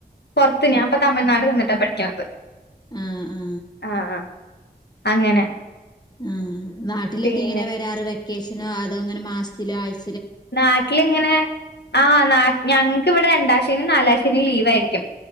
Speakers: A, on the left (about 80°); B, on the left (about 25°).
A: പുറത്ത് ഞാ ഇപ്പൊ തമിഴ്നാട് നിന്നിട്ടാ പഠിക്ക്ണത്
B: ആ ആ
A: ആ ആ അങ്ങനെ
B: ആ നാട്ടിലൊക്കെ
A: പിന്നെ
B: എങ്ങനെ വരാറ് വെക്കേഷനോ അതോ അങ്ങനെ മാസത്തിലോ ആഴ്ച
A: നാട്ടിൽ ഇങ്ങനെ ആഹ് നാ ഞങ്ങക്കിവിടെ രണ്ടാം ശ നാലാം ശനിം ലീവ് ആയിരിക്കും